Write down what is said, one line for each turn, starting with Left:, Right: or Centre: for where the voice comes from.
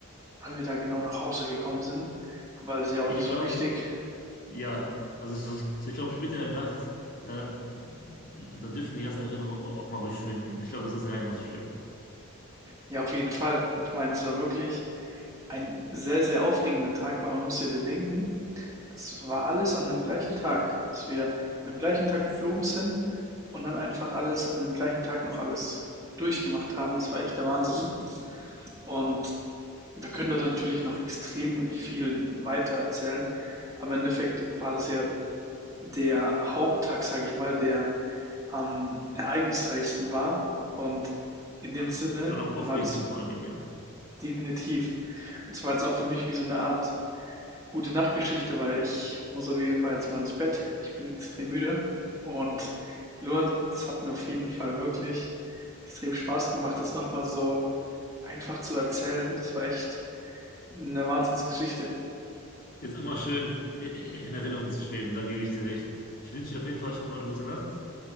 Right: wann wir da genau nach Hause gekommen sind, aber das ist ja auch
Left: ich
Right: nicht
Left: glaube,
Right: so wichtig.
Left: ja. Also, es ist- so, ich glaube, später in der Nacht, da, da, da dürfen die ganzen Erinnerungen au- auch mal ruhig schwinden. Ich glaube, das ist ja gar nicht mal so schlimm.
Right: Ja, auf jeden Fall. Ich meine, es war wirklich ein sehr, sehr aufregender Tag, weil man muss ja bedenken, das war alles an dem gleichen Tag, dass wir an dem gleichen Tag geflogen sind und dann einfach alles an dem gleichen Tag noch alles durchgemacht haben. Das war echt der Wahnsinn und Wir können da natürlich noch extrem viel weiter erzählen. Am Endeffekt war das ja der Haupttag, sage ich mal, der am ereignisreichsten war. Und in dem
Left: Ja,
Right: Sinne
Left: Ja, und am aufregendsten
Right: war das
Left: vor allen Dingen, ja.
Right: definitiv. Und zwar jetzt auch für mich wie so eine Art gute Nachtgeschichte, weil ich muss auf jeden Fall jetzt mal ins Bett. Ich bin extrem müde. Und Luan, das hat mir auf jeden Fall wirklich extrem Spaß gemacht, das nochmal so einfach zu erzählen. Das war echt eine Wahnsinnsgeschichte.
Left: Ist immer schön i- i- in Erinnerung zu schweben, da gebe ich dir recht. Ich wünsche dir auf jeden Fall schon mal eine gute Nacht